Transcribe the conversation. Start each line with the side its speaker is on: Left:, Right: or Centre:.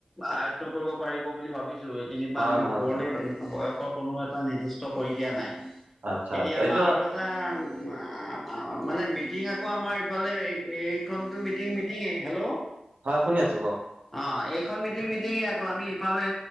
Centre: আয়ত্ব কৰিব পাৰিব বুলি ভাবিছো, সেইখিনিৰ পৰা
Right: হয়
Centre: আমি
Right: হয়
Centre: ওপৰলে
Right: হয়
Centre: বয়সৰ কোনো এটা নিৰ্দিষ্ট কৰি দিয়া নাই।
Right: আচ্ছা
Centre: এতিয়া
Right: আচ্ছা
Centre: আমাৰ
Right: এইটো
Centre: আৰু এটা এটা মানে মিটিং আকৌ আমাৰ ইফালে এই এইখন টোৰ মিটিং মিটিঙে। হেল্ল'!
Right: হয় শুনি আছো কওক
Centre: অ, এইখন মিটিং মিটিঙে আকৌ, আমি ইফালে